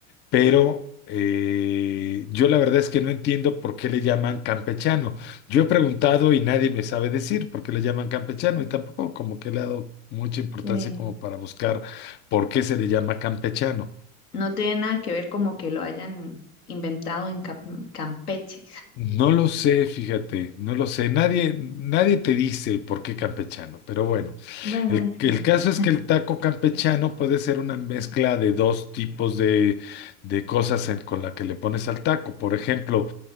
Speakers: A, on the left; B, on the left.
A: pero eh, yo la verdad es que no entiendo por qué le llaman campechano. Yo he preguntado y nadie me sabe decir por qué le llaman campechano y tampoco como que le he dado mucha importancia
B: sí.
A: como para buscar por qué se le llama campechano.
B: No tiene nada que ver como que lo hayan inventado en Cap- Campeche.
A: No lo sé, fíjate, no lo sé. Nadie, nadie te dice por qué campechano, pero bueno,
B: Bueno,
A: el, el
B: sí.
A: caso es
B: <laughs>
A: que el taco campechano puede ser una mezcla de dos tipos de, de cosas en- con la que le pones al taco. Por ejemplo,